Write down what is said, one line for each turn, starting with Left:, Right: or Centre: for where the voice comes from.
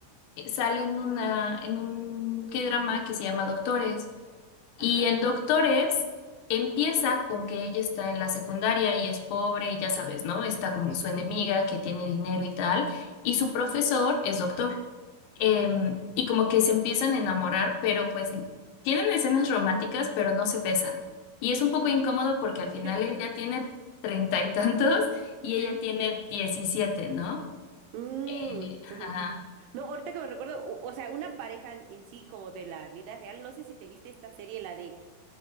Left: eh, sale en una, en un K-drama que se llama Doctores. Y
Right: Ajá.
Left: en Doctores empieza con que ella está en la secundaria y es pobre y ya sabes, ¿no? Está como
Right: Sí,
Left: su
Right: sí,
Left: enemiga que tiene dinero y tal, y su profesor es doctor. Em, y como que se empiezan a enamorar, pero pues tienen escenas románticas, pero no se besan. Y es un poco incómodo porque al final
Right: sí.
Left: él ya tiene treinta y tantos y
Right: <laughs> Sí.
Left: ella tiene diecisiete, ¿no?
Right: Mm,
Left: Eh, ajá.
Right: ujú. No, ahorita que me recuerdo, o, o sea, una pareja en, en sí como de la vida real, no sé si te viste esta serie, la de